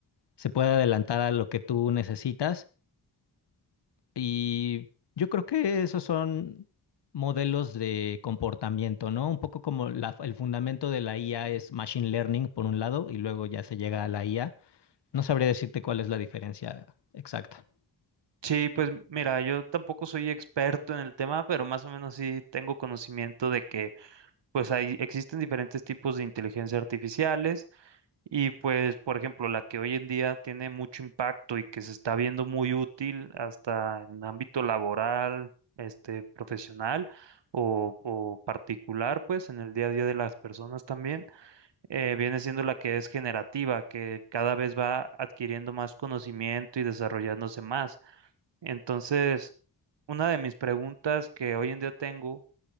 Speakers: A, on the left (about 70°); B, on the right (about 80°).
A: se puede adelantar a lo que tú necesitas y yo creo que esos son modelos de comportamiento, ¿no? Un poco como la- el fundamento de la IA es machine learning por un lado y luego ya se llega a la IA. No sabría decirte cuál es la diferencia exacta.
B: sí, pues mira, yo tampoco soy experto en el tema, pero más o menos sí tengo conocimiento de que pues hay, existen diferentes tipos de inteligencia artificiales. Y pues, por ejemplo, la que hoy en día tiene mucho impacto y que se está viendo muy útil hasta en ámbito laboral, este, profesional o, o particular, pues en el día a día de las personas también, eh, viene siendo la que es generativa, que cada vez va adquiriendo más conocimiento y desarrollándose más. Entonces, una de mis preguntas que hoy en día tengo